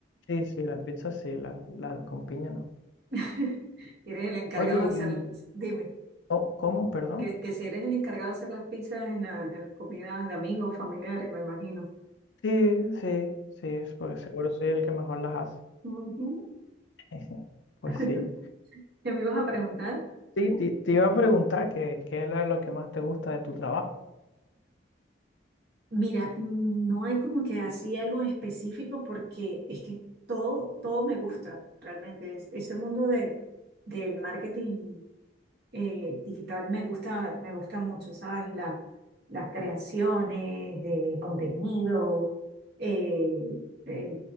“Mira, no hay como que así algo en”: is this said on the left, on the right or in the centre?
Right